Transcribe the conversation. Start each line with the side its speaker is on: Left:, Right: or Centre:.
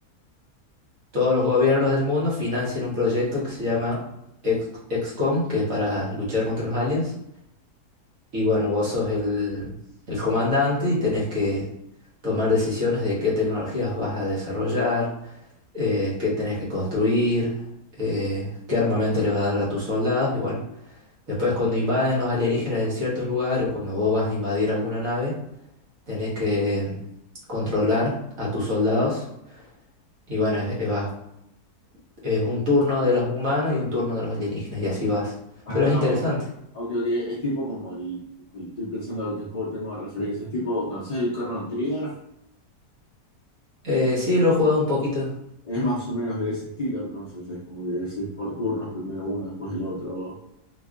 Right: todos los gobiernos del mundo financian un proyecto que se llama Ex- XCOM, que es para luchar contra los aliens. Y bueno, vos sos el, el comandante y tenés que tomar decisiones de qué tecnologías vas a desarrollar, eh, qué tenés que construir, eh, qué armamento le vas a dar a tus soldados. Y bueno, después cuando invaden los alienígenas de ciertos lugares o cuando vos vas a invadir alguna nave, tenés que mm, controlar a tus soldados. Y bueno, es- es- vas Es un turno de los humanos y un turno de los alienígenas y así vas.
Left: Ah,
Right: Pero es interesante.
Left: ok. Ok, ok. Es tipo como el, el- estoy pensando en qué juego tengo de referencia. Es tipo, ¿conoces el Chrono Trigger?
Right: Eh, sí, lo he jugado un poquito.
Left: Es más o menos de ese estilo, entonces es como que es por turnos, primero uno, después el otro.